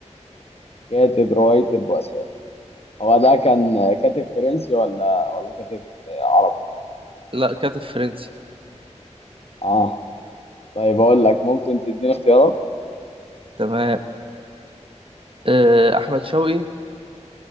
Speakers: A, on the left; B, on the right.
A: كاتب رواية البؤساء هو ده كان كاتب فرنسي ولا ولا كاتب آه، عربي
B: لا كاتب فرنسي
A: اه طيب اقول لك ممكن تديني اختيارات
B: تمام آه، أحمد شوقي